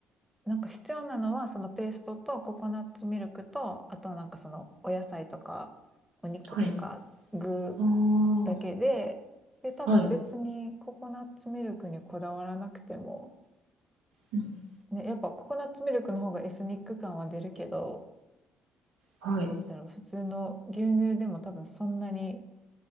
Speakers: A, in the centre; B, on the right.
A: なんか必要なのはそのペーストとココナッツミルクとあとはなんかそのお野菜とかお肉とか具
B: はい。あ
A: だけで、で多分別にココナッツミルクにこだわらなくても、
B: あ。はい。うん。
A: ね、やっぱココナッツミルクの方がエスニック感は出るけど、
B: はい。
A: だろう普通の牛乳でも多分そんなに